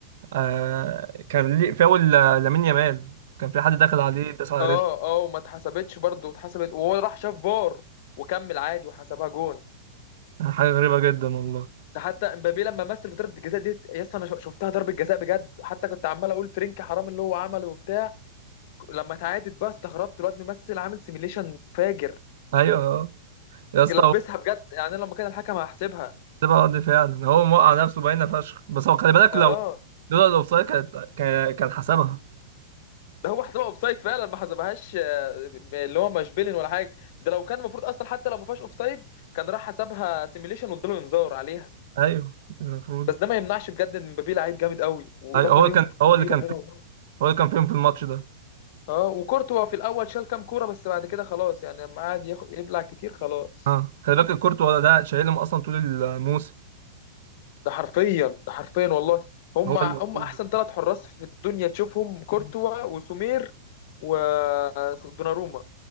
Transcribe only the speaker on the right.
آه كان ليه فاول آه، لامين يامال كان في حد داخل عليه داس على
رجله
حاجة غريبة جدا والله
ايوه آه. يا اسطى
سيبها ارضي فعلا هو موقع نفسه باينه فشخ بس هو خلي بالك
لو لولا الاوفسايد كانت كان كان حسبها
ايوه المفروض
أيوة هو
كان هو
اللي كان
هو اللي كان فيهم في الماتش ده
اه خلي بالك الكورتوا ده شايلهم اصلا طول الموسم
هو
اللي